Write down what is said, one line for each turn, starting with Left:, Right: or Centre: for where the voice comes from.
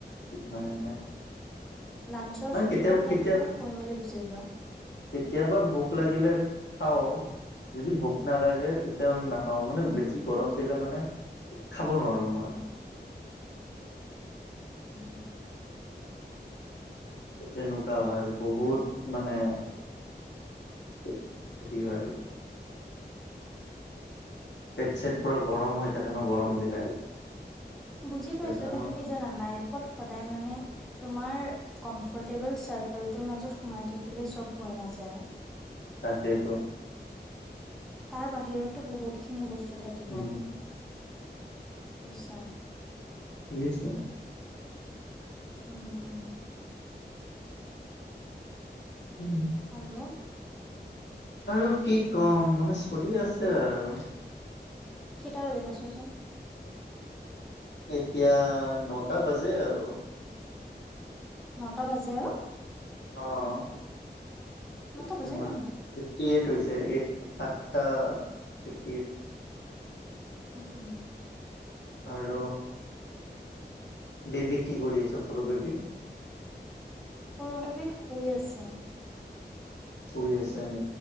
Left: নাই নাই,
Centre: লাঞ্চৰ
Left: মানে
Centre: ছুটী
Left: কেতিয়াবা
Centre: লৈ পেলাই
Left: কেতিয়া
Centre: তুমি শুই মেলি গুচি যোৱা।
Left: কেতিয়াবা ভোক লাগিলে খাওঁ যদি ভোক নালাগে। তেতিয়াহ'লে নাখাওঁ মানে বেছি গৰম দিলে মানে খাব নোৱাৰোঁ মই,
Centre: উম,
Left: কেনেকুৱা হয়। বহুত মানে ক্ষয়তি হয়। পেট-ছেট পুৰা গৰম হৈ থাকে ন গৰম দিলে।
Centre: বুজি
Left: সেইটো
Centre: পাইছো
Left: কাৰণে
Centre: কিন্তু কি জানা লাইফত, সদায় মানে তোমাৰ কমফৰ্টেবল চাৰ্কেলটোৰ মাজত। সোমাই থাকিলে চব হৈ নাযায়।
Left: তাকেটো।
Centre: তাৰ বাহিৰতো বহুত খিনি বস্তু থাকিব
Left: উম
Centre: বুজিছা।
Left: ফিছ হয়।
Centre: উম হুম,
Left: উম।
Centre: আৰু
Left: আৰু কি কম মানে চলি আছে আৰু
Centre: কেইটা বাজিল ছোৱাচোন।
Left: এতিয়া নটা বাজে আৰু
Centre: নটা বাজে আৰু
Left: অঁ
Centre: নটা
Left: সিমান,
Centre: বজাই নাই নেকি
Left: ফিফটি এইট হৈছে এইট আঠটা ফিফটি এইট।
Centre: উম উম,
Left: আৰু বেবি কি কৰি আছে সৰু বেবি।
Centre: সৰু বেবী শুই আছে।
Left: য়েছ আই ন।